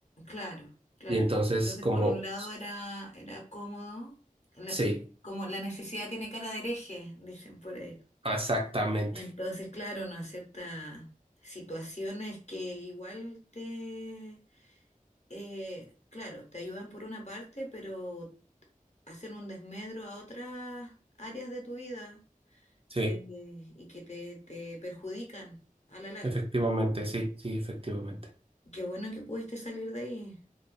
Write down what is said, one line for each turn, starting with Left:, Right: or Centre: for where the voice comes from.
Left: Claro, claro.
Right: Y entonces
Left: Entonces,
Right: como,
Left: por un lado era, era cómodo, la-
Right: sí,
Left: como la necesidad tiene cara de hereje, dicen por ahí.
Right: exactamente,
Left: Entonces, claro, no acepta situaciones que igual te, eh, claro, te ayudan por una parte, pero hacen un desmedro a otras áreas de tu vida
Right: sí,
Left: eh, y que te, te perjudican a la larga.
Right: efectivamente, sí, sí, efectivamente.
Left: Qué bueno que pudiste salir de ahí. <laughs>